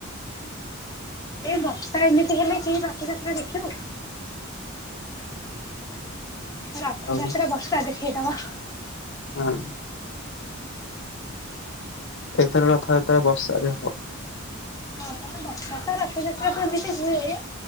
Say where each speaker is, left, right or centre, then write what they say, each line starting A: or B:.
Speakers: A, on the left; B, on the left.
A: ଏ ବତାା ଏମିତି ହେଲେ କି ବାସଯାତ୍ରା ଦେଖିବ ରଥଯାତ୍ରା
B: ଆଉ
A: ବସା ଦେଖେଇଦବା
B: ହଁ ଏଇଥର ରଥଯାତାରେ ବର୍ଷାାରେ ହବ
A: ହଁପଣ ବଷା ତ ରଥଯାତ୍ରା ସେମିତି ହୁଏ